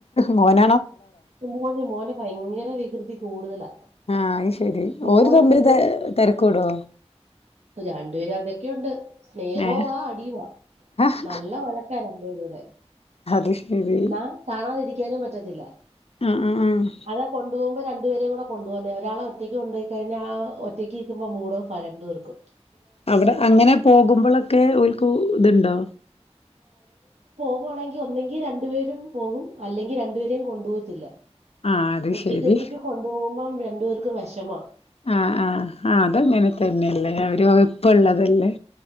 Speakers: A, on the left (about 60°); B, on the right (about 75°).
A: മോന
B: മോന് മോന് ഭയങ്കര വി വികൃതി കൂടുതലാ
A: ആഹ് അത് ശെരി
B: മോള്
A: ഓര് തമ്മില്
B: പിന്നെ
A: തെ തെരക്കൂടോ
B: രണ്ടുപേരും അതൊക്കെ ഒണ്ട് സ്നേഹോ
A: ഏഹ്
B: ആ അടിയുവാ
A: ആഹ്
B: നല്ല വഴക്കാ രണ്ടുപേരൂടെ
A: അത് ശെരി
B: എന്നാ കാണാതിരിക്കാൻ ക്കാനും പറ്റത്തില്ല
A: ആഹ് ആഹ് ആഹ്
B: അതാ കൊണ്ടു പോകുമ്പ രണ്ട് രണ്ടുപേരേം കൂട കൊണ്ടു പോന്നേ ഒരാള ഒറ്റക്ക് കൊണ്ടുപയി കഴിഞ്ഞാ ഒറ്റക്ക്ക്കുമ്പോ മൂടോ അ രണ്ട് പേർക്കും
A: അവ്ട അങ്ങനെ പോകുമ്പളൊക്കെ ഒരുക്കു ഇതുണ്ടോ
B: പുവാണങ്കി ഒന്നെങ്കി രണ്ടുപേരും പോകും അല്ലെങ്കിൽ രണ്ടുപേരേം കൊണ്ടു പോ ത്തില്ല
A: ആഹ് അത്
B: ഒറ്റക്ക്
A: ശെരി
B: ഒറ്റക്ക് കൊണ്ടുപോകുമ്പം രണ്ട് ണ്ട് പ്പേർക്കും വെഷമാ
A: ആഹ് ആഹ് ആഹ് അത് അങ്ങനെ തന്നെ അല്ലേ അവരു <unintelligible> ഇപ്പം ഒള്ളതല്ലേ